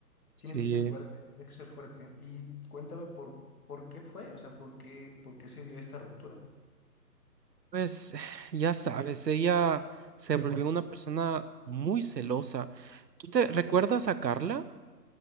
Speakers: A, on the right; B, on the left.
A: Sí.
B: tienes que ser fuerte, tienes que ser fuerte. Y cuéntame por, por qué fue, o sea, por qué, por qué se dio esta ruptura.
A: Pues ya sabes, ella se volvió una persona muy celosa. ¿Tú te recuerdas a Carla?